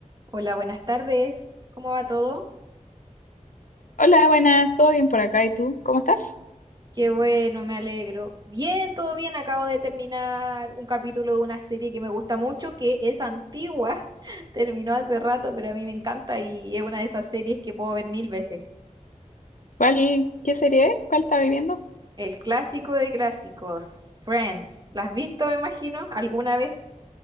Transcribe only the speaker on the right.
Hola, buenas tardes. ¿Cómo va todo?
Qué bueno, me alegro. Bien, todo bien. Acabo de terminar un capítulo de una serie que me gusta mucho, que es antigua. <laughs> Terminó hace rato, pero a mí me encanta y es una de esas series que puedo ver mil veces.
El clásico de clásicos, Friends. ¿La has visto, me imagino, alguna vez?